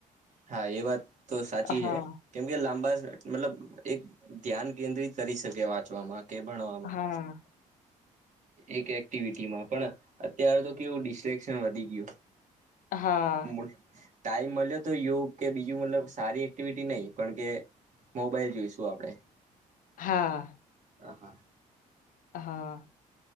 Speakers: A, on the right (about 55°); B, on the left (about 65°).
A: હા, એ વાત તો સાચી
B: હા,
A: છે, કેમ કે લાંબા મતલબ એક ધ્યાન, કેન્દ્રિત કરી શકે વાંચવામાં કે ભણવામા
B: હા,
A: એક એક્ટિવિટીમા પણ અત્ય્યારે, તો કેવું ડિસ્ટ્રેક્શન વધી ગયું
B: હા,
A: <unintelligible> ટાાઈ મળ. તો યોગ કે બીજું મતલબ સારી એક્ટિવિટી નહીિ, પણ કે મોબાઈલ જોઈશું આપણેે
B: હા.
A: હહા
B: હા,